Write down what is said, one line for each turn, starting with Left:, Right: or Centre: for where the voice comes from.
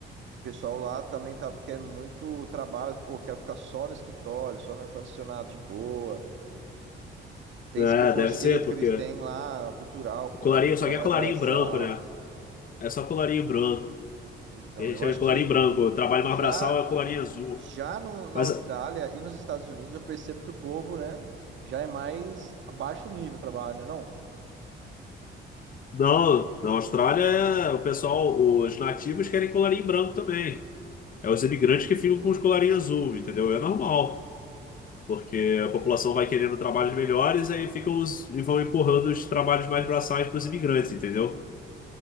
Right: o pessoal lá também tava querendo muito trabalho, pô, quero ficar só no escritório, só no ar-condicionado de boa. Tem
Left: É,
Right: esse preconceito
Left: deve ser, porque
Right: que eles têm lá, cultural, com,
Left: colarinho,
Right: com
Left: só
Right: trabalho
Left: que é colarinho
Right: braçal.
Left: branco, né? É só colarinho branco.
Right: Então,
Left: A gente
Right: eu
Left: chama
Right: acho
Left: de colarinho
Right: que
Left: branco. O trabalho
Right: já
Left: mais braçal é o colarinho azul.
Right: Já no- na
Left: Mas
Right: Austrália e nos Estados Unidos, eu percebo que o povo, né, já é mais abaixo nível o trabalho, né, não?
Left: não, na Austrália, é- o pessoal, os nativos querem colarinho branco também. É os imigrantes que ficam com os colarinhos azul, entendeu? É normal. Porque a população vai querendo trabalhos melhores, aí ficam os, e vão empurrando os trabalhos mais braçais para os imigrantes, entendeu?